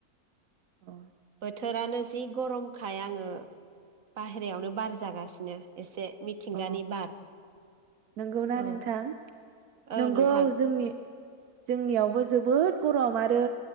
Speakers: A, on the right (about 85°); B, on the right (about 65°).
A: अ।
B: थोरानो जि गरमखाय आङो बाहेरायावनो बार जागासिनो एसे। मिथिंगानि
A: अ
B: बार
A: नंगौना
B: औ
A: नोंथां?
B: औ
A: नंगौ
B: नोंथां
A: जोंनि-जोंनियावबो जोबोद गरम आरो